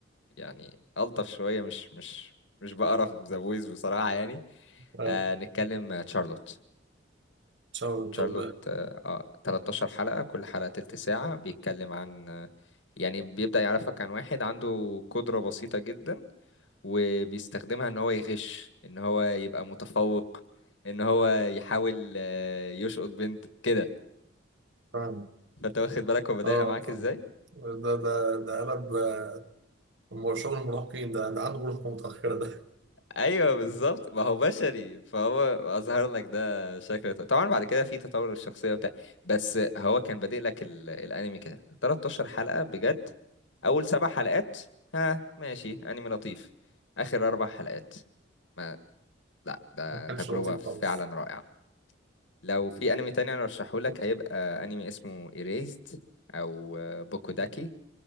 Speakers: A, on the left; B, on the right.
A: يعني الطف شويه مش مش مش بقرف ذا بويز بصراحه يعني
B: آه،
A: آه نتكلم آه، تشارلوت
B: شغل
A: تشارلوت
B: طب
A: آه آه، 13 حلقه كل حلقه تلت ساعه بيتكلم عن آه، يعني بيبدا يعرفك عن واحد عنده قدره بسيطه جدا وبيستخدمها ان هو يغش ان هو يبقى متفوق ان هو يحاول آه، يشقط بنت كده
B: فاهم
A: فانت واخد بالك هو بدايها
B: اه
A: معاك
B: طب.
A: ازاي
B: ده ده ده قلب آه، هو شغل المراهقين ده ده عنده مراهقة متأخرة ده
A: ايوه بالظبط ما هو بشري فهو اظهر لك ده شكل طبعا بعد كده في تطور الشخصيه بتاع بس هو كان بادئ لك ال... الانمي كده 13 حلقه بجد اول سبع حلقات ها ماشي انمي لطيف اخر اربع حلقات ما لا
B: <laughs>
A: ده
B: ما كانش
A: تجربه
B: لطيف
A: فعلا
B: خالص
A: رائعه لو في انمي تاني انا ارشحه لك هيبقى انمي اسمه Erased او بوكوداكي